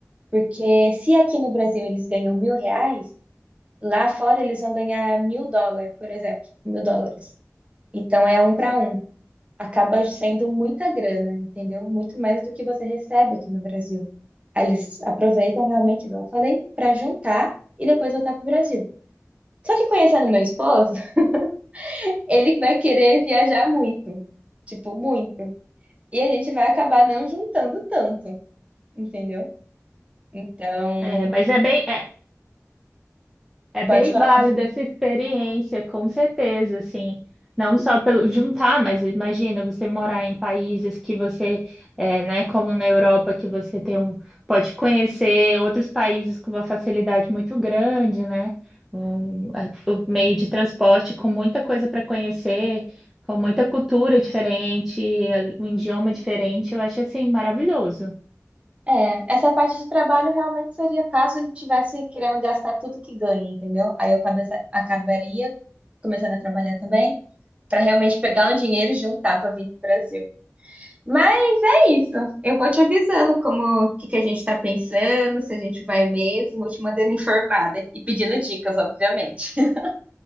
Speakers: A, on the right; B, in the centre.
A: porque se aqui no Brasil eles ganham mil reais Lá fora eles vão ganhar mil dólares, por exemplo, mil dólares. Então é um para um. Acaba sendo muita grana, entendeu? Muito mais do que você recebe aqui no Brasil. Aí eles aproveitam realmente, igual eu falei, para juntar e depois voltar pro Brasil. Só que conhecendo meu esposo, <laughs> ele vai querer viajar muito, tipo, muito. E a gente vai acabar não juntando tanto, entendeu? Então,
B: É, mas é bem, é, É
A: pode
B: bem
A: falar.
B: válida essa experiência, com certeza, assim, não só pelo juntar, mas imagina você morar em países que você, é, né, como na Europa, que você tem um, pode conhecer outros países com uma facilidade muito grande, né? Um, a- o meio de transporte com muita coisa para conhecer, com muita cultura diferente, a- um idioma diferente, eu acho assim maravilhoso.
A: É, essa parte de trabalho realmente seria caso ele tivesse querendo gastar tudo que ganha, entendeu? Aí eu cabece- acabaria começando a trabalhar também, para realmente pegar um dinheiro e juntar para vir para o Brasil. Mas é isso. Eu vou te avisando como o que que a gente está pensando, se a gente vai mesmo, vou te mandando informada e pedindo dicas, obviamente. <laughs>